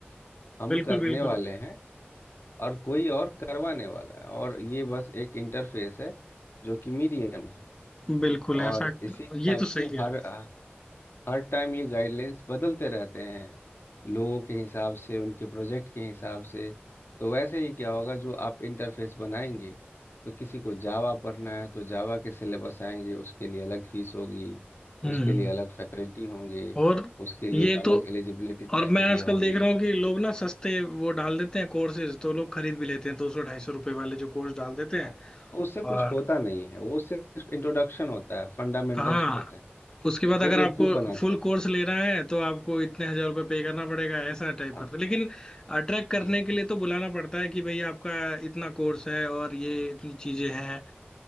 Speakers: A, on the left; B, on the left.
A: हम
B: बिल्कुल
A: करने
B: बिल्कुल
A: वाले हैं और कोई और करवाने वाला है और ये बस एक इंटरफेस है जो कि मीडियम है
B: बिल्कुल ऐसा
A: और इसी हिसाब
B: ये तो सही
A: से
B: कह
A: हर
B: रहे
A: हर टाइम ये गाइडलाइंस बदलते रहते हैं लोगों के हिसाब से उनके प्रोजेक्ट के हिसाब से तो वैसे ही क्या होगा जो आप इंटरफेस बनाएंगे तो किसी को जावा पढ़ना है तो जावा के सिलेबस आएंगे उसके लिए अलग फीस होगी
B: हो। हम्म
A: उसके
B: हम्म।
A: लिए अलग फैकल्टी होंगे
B: और
A: उसके लिए
B: ये
A: अलग
B: तो
A: एलिजिबिलिटी क्राइटेरिया
B: और मैं आजकल
A: होगी
B: देख रहा हूँ कि लोग ना सस्ते वो डाल देते हैं कोर्सेज तो लोग खरीद भी लेते हैं दो सौ ढाई सौ रुपए वाले जो कोर्स डाल देते हैं
A: उससे कुछ
B: और
A: होता नहीं है वो सिर्फ इंट्रोडक्शन होता है फंडामेंटल्स
B: हाँ
A: होते हैं
B: उसके बाद
A: वो
B: अगर आपको
A: बेवकूफ बनाते
B: फुल
A: हैं
B: कोर्स लेना है तो आपको इतने हजार रुपये पे करना पड़ेगा ऐसा टाइप
A: हाँ
B: करते हैं। लेकिन अट्रैक्ट करने
A: बिल्कुल
B: के लिए तो बुलाना पड़ता है कि भाई आपका इतना कोर्स है और ये इतनी चीजें हैं